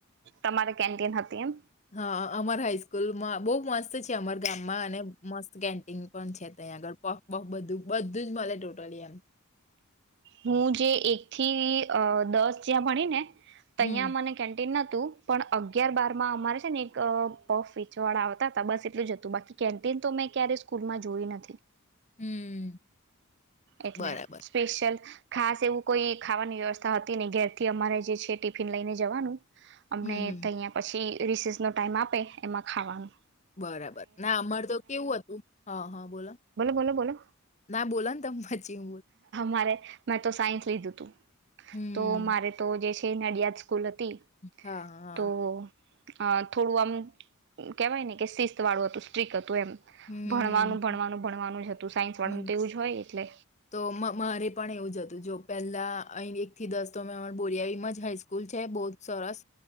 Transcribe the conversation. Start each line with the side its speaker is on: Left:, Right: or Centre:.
Right: તમારે કેન્ટીન હતી એમ
Left: હા અમાર હાાઈસ્કૂલ માં બઉ મસ્ત છે અમાર મા અને મસ્ત કેન્ પણ છે ત્યાં આગળ પફ બફ બધું જ મલે ટ્રોલયન
Right: હું જે એક થીઅ દસ જ્યાં ભણી ને ત્યાં
Left: હમ,
Right: મને કેન્ટીન માં તો પણ અગિયાર બાર માં અમારે છે ને એક પફ વેચવા વાળા આવતા હતા બસ એટલું જ હતું બાકી કેન્ટીન તો મેં ક્યારે સ્કૂલમાં જોયુ નથી.
Left: હમ.
Right: એટલે
Left: બરાબર.
Right: સ્પેશિયલ ખાસ એવું કોઈ ખાવાની વ્યવસ્થા હતી ની ઘેરથી અમારે જે છે ટિફિન લઈને જવાનું અમને
Left: હમ, હમ.
Right: તહયાં પછી રિસેસનો ટાઈમ આપે એમાં ખાવાનો
Left: બરાબર ના અમાર તો કેવું હતું હા હા બોલો
Right: બોલો બોલો
Left: ના બોલો ને ત પચી
Right: મારે મેં તો સાયન્સ લીધું તું
Left: હમ.
Right: તો મારે તો જે છે ખ નડિયા સ્કૂલ હતી
Left: હા, હા.
Right: તો અ થોડું આમ કેવાય ને કે શિસ્ત વાળું હતું સ્ટ્રીક હતું. એ
Left: હમ.
Right: ભણવાનું ભણવાનું ભણવાનું જ હતું સાય પણ
Left: હમ.
Right: તેવું જ હોય એટલે?
Left: તો મારે પણ એવું જ હતું જો પહેલા અહીં એક થી દસ તો અમા બોરિયામાં જ હાઈસ્કૂલ છે બહુ જ સરસ